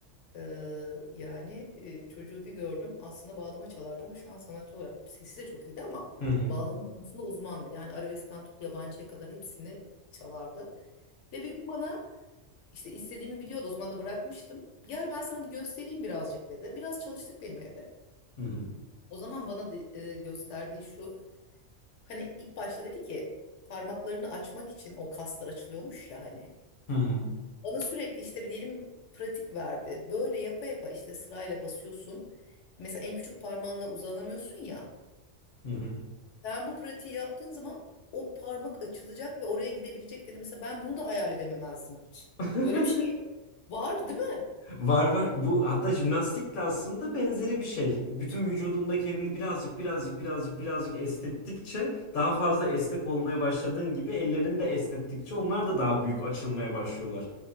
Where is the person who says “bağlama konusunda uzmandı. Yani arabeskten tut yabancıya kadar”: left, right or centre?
Left